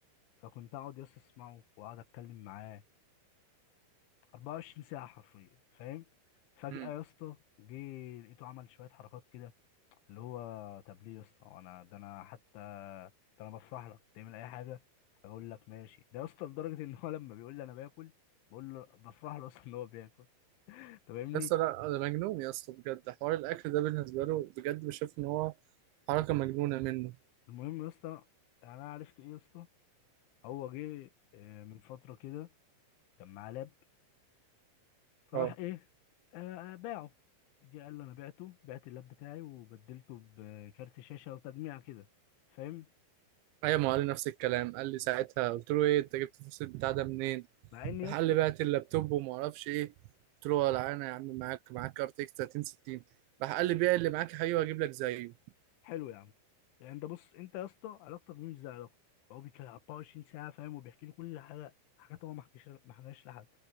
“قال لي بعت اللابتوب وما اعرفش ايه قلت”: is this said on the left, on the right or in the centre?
Right